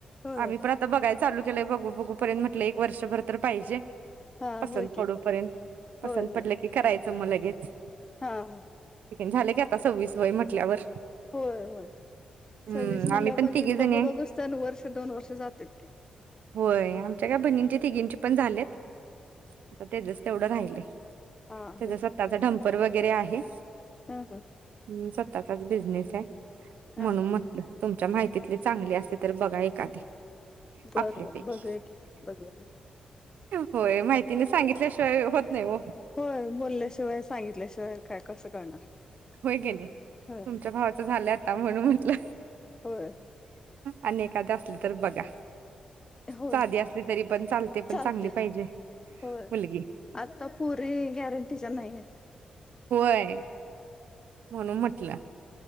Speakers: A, on the left (about 25°); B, on the right (about 75°).
A: होय.
B: आम्ही पण आता बघाय चालू चालूया बघू बघू पर्यंत म्हटलं एक वर्षभर तर पाहिजे.
A: हा
B: पसंत
A: होय की
B: पडू पर्यंत, पसंत
A: होय होय
B: पडलं की करायचं. चं मग लगेच.
A: हा हा.
B: झालं की, आता सव्वीस वय म्हटल्यावर.
A: होय होय.
B: हम्म
A: सव्वीस म्हणल्यावर,
B: आम्ही पण तिघी
A: बघू
B: जणी आहे
A: बघूस्तवर वर्ष दोन वर्ष जातेत ती.
B: होय आमच्या काय बहिणींची तिघींची पण झालेत. आता तेजच. तेवढं राहिलय.
A: हा
B: त्याच्या
A: होय
B: स्वतःचा
A: की
B: डंपर वगैर वगैरे आहे.
A: हा ह.
B: ह स्वतःचाच बिझनेस हाय.
A: हा
B: म्हणून
A: हा
B: म तुमच्या माहितीतली चांगली असली तर बघा एखादी.
A: बरं
B: आपल्यापैकी.
A: बरं बघूया की बघूया बघ
B: होय माहितीने सांगितल्याशिवाय होत नाही हो
A: होय बोलल्याशिवाय, सांगितल्याशिवाय काय कसं कळणार?
B: होय कणी
A: होय
B: तुमच्या भावाच झालं आता म्हनून म्हटलं.
A: होय.
B: आणि एखाद असल तर बघा.
A: होय
B: साधी असली तरी पण पण
A: चालते
B: चांगली
A: होय
B: पाहिजे मुलगी
A: आता पुरी गॅरंटी गॅरंटीच्या नाही हायत.
B: होय म्हणून म्हटलं